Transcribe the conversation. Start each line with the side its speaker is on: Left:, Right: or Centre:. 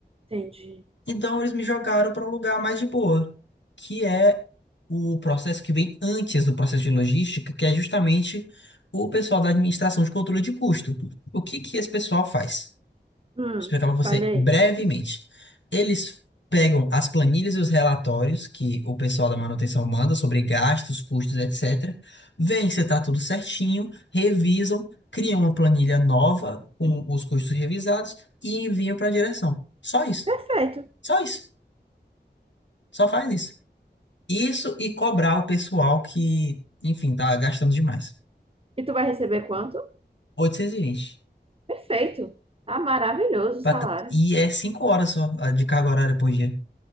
Right: Entendi.
Left: Então eles me jogaram para um lugar mais de boa, que é o processo que vem antes do processo de logística, que é justamente o pessoal da administração de controle de custo. O que que esse pessoal faz?
Right: Hum,
Left: Vou explicar para você
Right: falei.
Left: brevemente. Eles pegam as planilhas e os relatórios que o pessoal da manutenção manda sobre gastos, custos, etc. Vêem se está tudo certinho, revisam, criam uma planilha nova com os custos revisados e enviam para a direção. Só isso.
Right: Perfeito.
Left: Só isso. Só faz isso. Isso e cobrar o pessoal que, enfim, tá gastando demais.
Right: E tu vai receber quanto?
Left: 820.
Right: Perfeito. Tá maravilhoso o
Left: Pra
Right: salário.
Left: t- E é 5 horas só a de carga horária por dia.